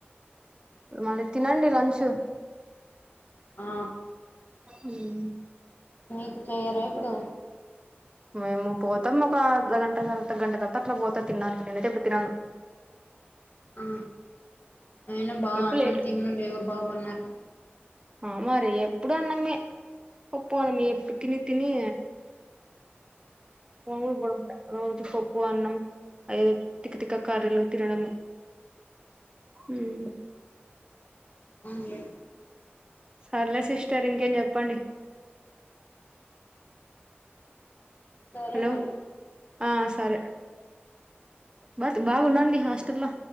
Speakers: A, on the right; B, on the left.
A: మళ్ళీ తినండి లంచ్
B: ఆ
A: మ్
B: నీకు చెయరా ఇప్పుడు
A: మేము పోతాం ఒక అర్ధగంట తర్వాత, గంట తర్వాత అట్లా పోతా తిన్నాడానికి నేను అయితే ఇప్పుడు తినను.
B: ఆ అయిన బా
A: ఎప్పుడు
B: అన్నం
A: లేట్
B: తిన్నందే ఎవరు బాగు పడినారు.
A: ఆమ మరి ఎప్పుడన్నమే ఒప్పు నమి ఎప్పు తిని తిని మాములు బొడప్ప దే రోజు పప్పు అన్నం అదెదో తిక్కతిక్క కర్రీలు తినడము ఉమ్
B: అవునులే
A: సర్లే సిస్టర్ ఇంకేం చెప్పండి?
B: సరే
A: హలో
B: మరి
A: ఆ సరే బట్ బావున్నాండి హాస్టల్లో